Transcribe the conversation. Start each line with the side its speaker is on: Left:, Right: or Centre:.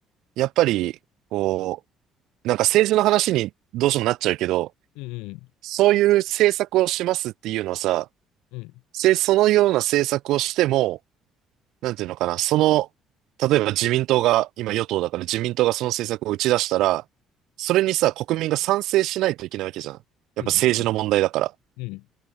Right: やっぱり、こう、なんか政治の話にどうしてもなっちゃうけど、
Left: うん
Right: そういう政策をしますっていうのはさ、
Left: うん。うん。
Right: せ、そのような政策をしても、なんていうのかな、その、例えば自民党が、今与党だから自民党がその政策を打ち出したら、それにさ、国民が賛成しないといけないわけじゃん。
Left: うんうん
Right: やっぱ政治の問題だから。
Left: うん。うん。